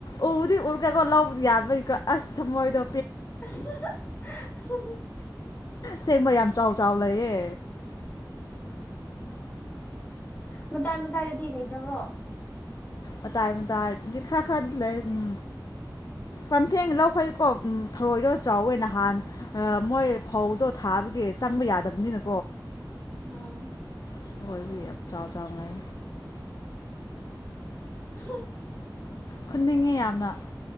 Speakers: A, on the left; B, on the left.
A: ꯎꯕꯗꯤ ꯎꯔ ꯀꯣ ꯂꯧ ꯌꯥꯗꯕꯒꯤꯀꯣ ꯑꯁ ꯊꯝꯃꯣꯏꯗꯣ
B: <unintelligible>
A: ꯁꯦꯡꯕ ꯌꯥꯝ ꯆꯥꯎ ꯆꯥꯎ ꯂꯩꯌꯦ
B: ꯃꯇꯥꯏ ꯃꯇꯥꯏꯗꯗꯤ ꯂꯩꯗꯕ꯭ꯔꯣ
A: ꯃꯇꯥꯢ ꯃꯇꯥꯢꯗꯗꯤ ꯈꯔ ꯈꯔꯗꯤ ꯂꯩꯌꯦ ꯎꯝ ꯄꯝꯐꯦꯡ ꯂꯧꯈꯩꯢꯗꯤꯀꯣ ꯊꯧꯔꯣꯏꯗꯣ ꯆꯥꯎꯋꯦ ꯅꯍꯥꯟ ꯃꯣꯏ ꯐꯧꯗꯣ ꯊꯥꯕꯒꯤ ꯆꯪꯕ ꯌꯥꯗꯕꯅꯤꯅ
B: ꯎꯝ
A: ꯑꯣꯏꯕꯒꯤ ꯌꯥꯝ ꯆꯥꯎ ꯆꯥꯎ ꯂꯩ
B: <inaudible>
A: ꯈꯨꯟꯅꯤꯡꯉꯤ ꯌꯥꯝꯅ